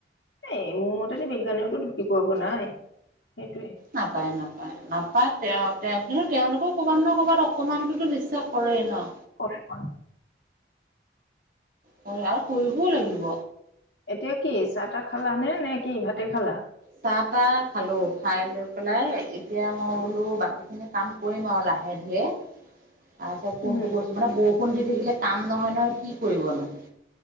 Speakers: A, on the left; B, on the right.
A: এই মোৰ মতে বিজ্ঞানেওতো ঢুকি পোৱাব নাই। সেইটোৱে
B: নাপাই নাপাই নাপাই তেওঁ তেওঁ কিন্তু তেওঁলোকও ক'ৰবাত ন ক'ৰবাত অকমানটোতো বিশ্বাস কৰেই ন?
A: কত কৰে?
B: হয় আই কৰিবই লাগিব।
A: এতিয়া কি চাহ তাহ খালা নে নে কি ভাতে খালা?
B: চাহ তাহ খালো খাই লৈ পেলাই এতিয়া মই বোলো বাকী খিনি কাম কৰিম আৰু লাহে ধীৰে। আই ঠাইত কোনটো
A: উম
B: কৰিছোঁ মানে বহুত, কোন দি থাকিলে কাম নহয় নহয় কি কৰিবনো।